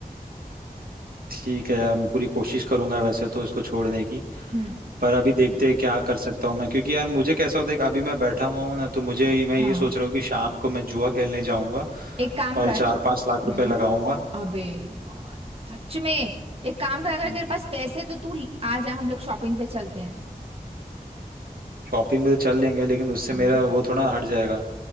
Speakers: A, on the right (about 75°); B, on the right (about 40°).
A: ठीक है यार मैं पूरी कोशिश करूंगा वैसे तो इसको छोड़ने की
B: हम्म
A: पर अभी देखते
B: <clears throat>
A: हैं क्या कर सकता हूँ मैं क्योंकि यार मुझे कैसा होता है कि अभी मैं बैठा हुआ हूँ ना तो मुझे मैं
B: हाँ
A: ये सोच रहा हूँ कि शाम को मैं जुआ खेलने जाऊंगा
B: एक काम
A: और
B: कर
A: चार
B: हम्म
A: पांच लाख रुपए लगाऊंगा
B: अबे और सच में एक काम कर अगर
A: हम्म
B: तेरे पास पैसे तो तू आ जा हम लोग शॉपिंग पे चलते हैं
A: शॉपिंग में तो चल लेंगे लेकिन उससे मेरा
B: हम्म
A: वो थोड़ा हट जाएगा